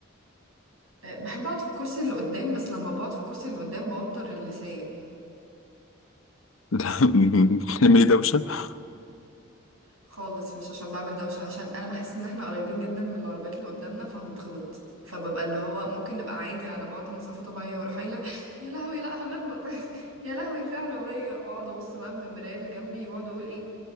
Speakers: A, on the right; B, on the left.
A: آه، بحب اقعد في الكرسي اللي قدام بس لما بقعد في الكرسي اللي قدام بوتر اللي سايق
B: <laughs> لا، تعملي دوشة <laughs>
A: خالص مش عشان بعمل دوشة عشان انا بحس ان احنا قريبين جدا من العربيات اللي قدامنا فهنتخبط فببقى اللي هو ممكن نبقى عادي على بعد مسافة طبيعية واروح قايلة يا لهوي لا هنخبط <laughs> يا لهوي في عربية واقعد ابص بقى من المراية اللي جنبي واقعد اقول ايه